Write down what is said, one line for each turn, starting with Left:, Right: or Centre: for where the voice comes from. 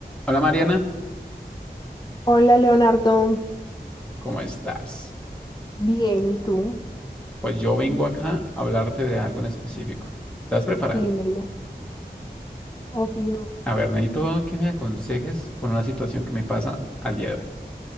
Centre: Hola Mariana,
Left: Hola Leonardo,
Centre: ¿cómo estás?
Left: bien, ¿y tú?
Centre: Pues yo vengo acá a hablarte de algo en específico. ¿Estás preparada?
Left: Dímelo. Obvio.
Centre: A ver, necesito que me aconsejes con una situación que me pasa al día de hoy.